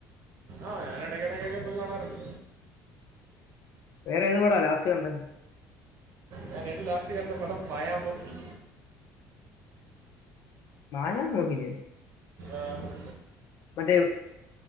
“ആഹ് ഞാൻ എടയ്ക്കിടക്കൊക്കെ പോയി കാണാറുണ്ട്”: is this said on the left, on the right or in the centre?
Right